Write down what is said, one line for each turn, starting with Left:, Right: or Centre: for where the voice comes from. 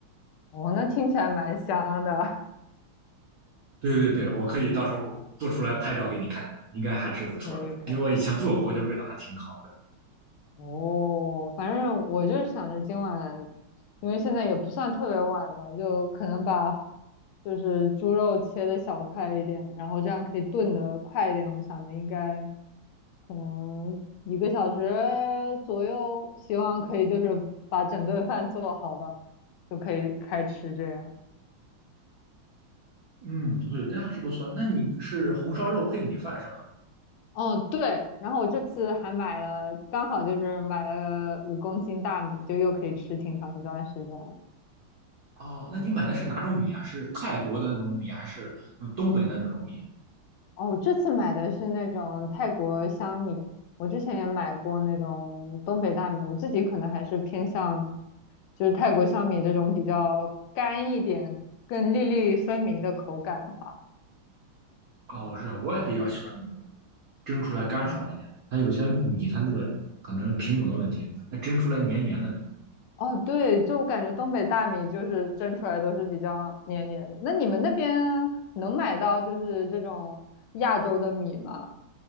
Left: 哦，那听起来蛮香的。<laughs>
Right: 对对对，我可以到时候做出来拍照给你看看，应该还是不错的。
Left: 可以可以
Right: 因为我以前做过，我觉得味道还挺好
Left: 哦，反正我就是想着今晚，因为现在也不算特别晚嘛，就可能把就是猪肉切的小块一点，然后这样可以炖的快一点。我想着应该可能一个小时左右，希望可以就是把整顿饭做好吧，就可以开吃这样。
Right: 的。嗯，对，这还是不错。那你是红烧肉配米饭是吧？
Left: 嗯，对，然后我这次还买了，刚好就是买了五公斤大米，就又可以吃挺长一段时间。
Right: 哦，那你买的是哪种米啊？是泰国的那种米，还是嗯东北的那种米？
Left: 哦，我这次买的是那种泰国香米，我之前也买过那种东北大米，我自己可能还是偏向就是泰国香米这种比较干一点、更粒粒分明的口感吧。
Right: 哦，是啊，我也比较喜欢那种蒸出来干爽一点。
Left: 哦
Right: 它有些米它那个可能品种的问题，它蒸出来黏黏的那种。
Left: 哦，对，就我感觉东北大米就是蒸出来都是比较黏黏的。那你们那边能买到就是这种亚洲的米吗？